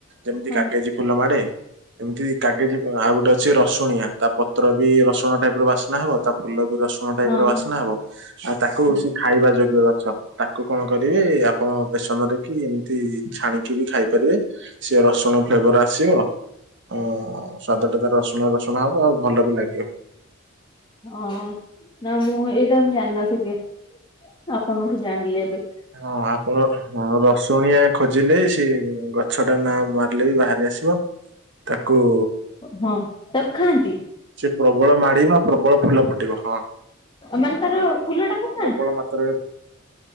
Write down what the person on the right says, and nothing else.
ଯେମ୍ତି
କାଗେଜୀ ଫୁଲ ମାଡେ। ଏମ୍ତି କାଗେଜି ଆଉ ଗୋଟେ ଅଛି ରସୁଣିଆ ତା ପତ୍ର ବି ରସୁଣ ଟାଇପ୍ ର ବାସ୍ନା ହବ ତା ଫୁଲ ବି ର କଣ ଟାଇପ୍
ର ବାସ୍ନା
ହବ, ଆଉ ତାକୁ
ସେ ଖାଇବା ଯୋଗ୍ୟ ଗଛ। ତାକୁ କଣ କରିବେ ଆପଣ ବେସନରେ କି ଏମ୍ତି ଛାଣିକି ବି ଖାଇପାରିବେ। ସିଏ ରସୁଣ ଫ୍ଲେବର୍ ଆସିବ ସ୍ଵାଦ ଟା ତାର ରସୁଣ ରସୁଣା ହବ ଆଉ ଭଲ ବି ଲାଗିବ।
ହଁ ଆପଣ ରସୁଣିଆ ଖ ବଞ୍ଚିଲେ ସେ ଗଛଟା ନା ମାରିଲେ ବି ବାହାରି ଆସିବ, ତାକୁ
ସେ ପ୍ରବଳ ମାଡିବ ନା ପ୍ରବଳ ଫୁଲ ଫୁଟିବ ହଁ
ପ୍ରବଳ ମାତ୍ରାରେ